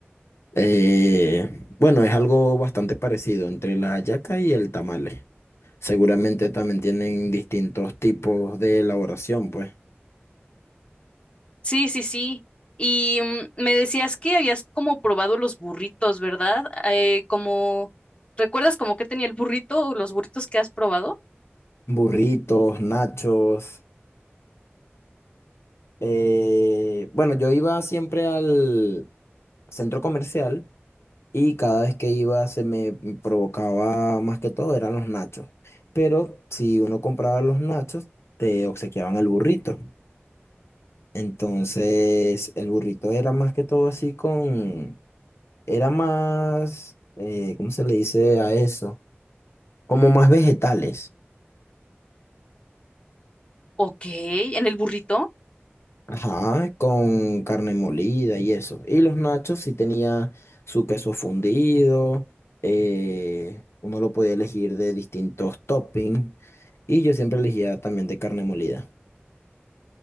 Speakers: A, on the left; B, on the left.
A: Eh, bueno, es algo bastante parecido entre la hallaca y el tamale. Seguramente también tienen distintos tipos de elaboración, pues.
B: Sí, sí, sí. Y mm, me decías que habías como probado los burritos, ¿verdad? Eh, como, ¿recuerdas como que tenía el burrito o los burritos que has probado?
A: Burritos, nachos. Eh, bueno, yo iba siempre al centro comercial Y cada vez que iba se me provocaba más que todo eran los nachos. Pero si uno compraba los nachos, te obsequiaban el burrito. Entonces el burrito era más que todo así con, era más, eh, ¿cómo se le dice a eso? Como más vegetales.
B: Ok, en el burrito.
A: Ajá, con carne molida y eso. Y los nachos sí tenía su queso fundido, eh, uno lo podía elegir de distintos toppings y yo siempre elegía también de carne molida.